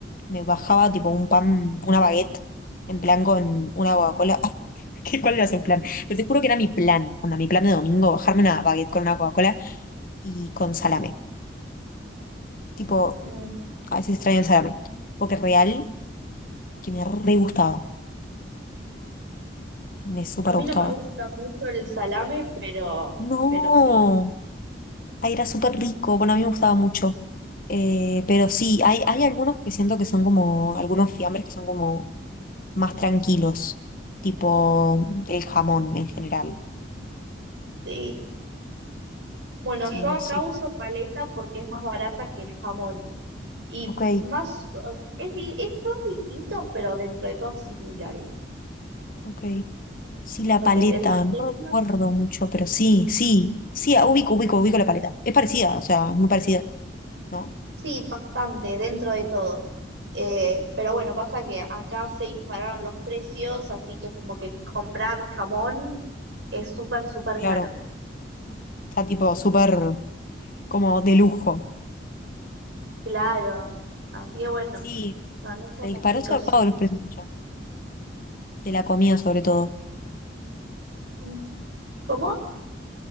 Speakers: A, on the left; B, on the right.
A: me bajaba tipo un pan, una baguette, en plan con una Coca-Cola.
B: Ujú.
A: <laughs> ¿Qué- ¿Cuál era su plan? Pero te juro que era mi plan, onda, mi plan de domingo, bajarme una baguette con una Coca-Cola y con salame. Tipo,
B: Mm,
A: a veces extraño el salame, porque real que me re gustaba, me súper
B: A mí
A: gustaba.
B: no me gusta mucho el salame, pero,
A: No,
B: pero sí.
A: ahí era súper rico, bueno, a mí me gustaba mucho. Eh, pero sí, hay, hay algunos que siento que son como, algunos fiambres que son como más tranquilos, tipo el jamón en general.
B: Sí, Bueno,
A: Sí,
B: yo
A: no
B: acá
A: sé.
B: uso paleta porque es más barata que el jamón. Y
A: Ok,
B: más, o sea, es, di- es- son distintos, pero dentro de todo similares.
A: ok. Sí, la
B: Porque
A: paleta,
B: en los
A: no
B: precios,
A: recuerdo mucho, pero sí, sí, sí, ah, ubico, ubico, ubico la paleta. Es parecida, o sea, muy parecida, ¿no?
B: sí, bastante, dentro de todo. Eh, pero bueno, pasa que acá se dispararon los precios, así que es como que comprar jamón es súper, súper
A: Claro,
B: caro.
A: está tipo súper como de lujo.
B: Claro. Así que bueno,
A: Sí,
B: no, no
A: se
B: somos
A: disparó
B: ricos.
A: zarpado los precios allá, de la comida sobre todo.
B: Mm, ¿Cómo?